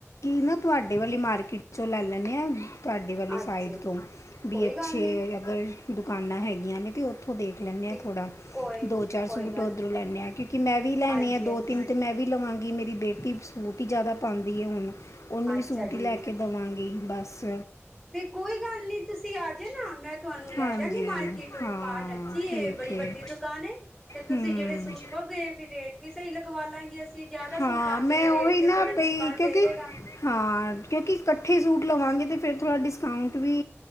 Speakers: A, on the left (about 80°); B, in the centre.
A: ਨਾ ਤੁਹਾਡੇ ਵਾਲੀ ਮਾਰਕੀਟ ਚੋਂ ਲੈ ਲੈਣੇ ਆ। ਤੁਹਾਡੀ ਵਾਲੀ
B: ਅੱਛਾ
A: ਸਾਈਡ
B: ਅੱਛਾ
A: ਤੋਂ ਵੀ
B: ਕੋਈ
A: ਅੱਛੇ
B: ਗੱਲ ਨਹੀਂ
A: ਅਗਰ ਦੁਕਾਨਾਂ ਹੈਗੀਆਂ ਨੇ ਤੇ ਉੱਥੋਂ ਦੇਖ ਲੈਂਦੇ
B: ਤੇ
A: ਹਾਂ ਥੋੜਾ
B: ਕੋਈ
A: ਦੋ ਚਾਰ
B: ਕੋਈ
A: ਸੂਟ
B: ਗੱਲ
A: ਉੱਧਰੋਂ
B: ਨਹੀਂ
A: ਲੈਦੇ ਹਾਂ ਕਿਉਂਕਿ ਮੈਂ ਵੀ ਲੈਣੇ
B: ਹਾਂਜੀ
A: ਆ
B: ਹਾਂਜੀ
A: ਦੋ ਤਿੰਨ ਤੇ ਮੈਂ ਵੀ ਲਵਾਂਗੀ ਕਿ ਮੇਰੀ ਬੇਟੀ ਸੂਟ ਹੀ ਜ਼ਿਆਦਾ ਪਾਉਂਦੀ ਹੈ ਹੁਣ ਉਹਨੂੰ
B: ਅੱਛਾ
A: ਵੀ ਸੂਟ
B: ਜੀ
A: ਹੀ ਲੈ ਕੇ ਦੇਵਾਂਗੀ। ਬਸ
B: ਤੇ ਕੋਈ ਗੱਲ ਨਹੀਂ ਤੁਸੀਂ ਆ ਜਾਨਾ ਮੈਂ ਤੁਹਾਨੂੰ ਲੈ
A: ਹਾਂਜੀ
B: ਜਗੀ ਮਾਰਕੀਟ
A: ਹਾਂ
B: ਦੁਕਾਨ ਅੱਛੀ ਏ
A: ਠੀਕ
B: ਬੜੀ
A: ਹੈ
B: ਵੱਡੀ ਦੁਕਾਨ ਏ ਫਰ ਤੁਸੀਂ
A: ਹੂੰ
B: ਜਿਹੜੇ ਸੂਟ ਕਹੋਗੇ ਫ ਰੇਟ ਵੀ ਸਹੀ ਲਗਵਾ ਲਾਂਗੇ ਅਸੀਂ ਜ਼ਿਆਦਾ ਸੂਟ
A: ਹਾਂ
B: ਲਾਂਗੇ
A: ਮੈਂ
B: ਤੇ ਰੇਟ
A: ਉਹੀ
B: ਤੇ
A: ਨਾ
B: ਥੋੜਾ ਡਿਸਕਾਊਂਟ
A: ਪਈ ਕਿਉਂਕਿ
B: ਦੇ ਦੇਗਾ
A: ਹਾਂ ਕਿਉਂਕਿ ਇਕੱਠੇ ਸੂਟ ਲਵਾਂਗੇ ਤੇ ਫਿਰ ਥੋੜ੍ਹਾ ਡਿਸਕਾਊਂਟ ਵੀ